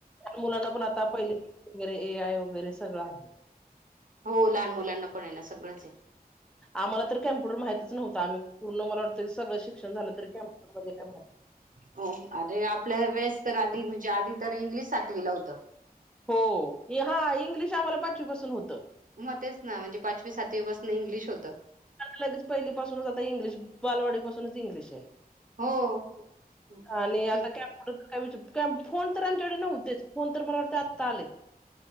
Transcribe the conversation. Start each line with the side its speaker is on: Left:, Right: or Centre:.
Centre: मुलांना पण आता पहिले वगैरे ए आय वगैरे सगळं आहे
Right: हो लहान मुलांना पण ये ना सगळंच आहे
Centre: आम्हाला तर कम्प्युटर माहितीच नव्हता आम्ही पूर्ण मला वाटतय सगळं शिक्षण झालं तरी पण का
Right: हो अरे आपल्या वेळेस तर आधी म्हणजे आधी तर इंग्लिश सातवी ला होतं
Centre: हो हा इंग्लिश आम्हाला पाचवीपासुन होतं
Right: मग तेच ना म्हणजे पाचवी सातवीपासून इंग्लिश होतं
Centre: ला लगेच पहिली पाासूनच आता इंग्लिश बालवाडी पाासूनच इंग्लिश आहे
Right: हो
Centre: आणि आता कॅम्प्युटर फोन तर आमच्याकडे नव्हतेच फोन तर मला वाटतं ले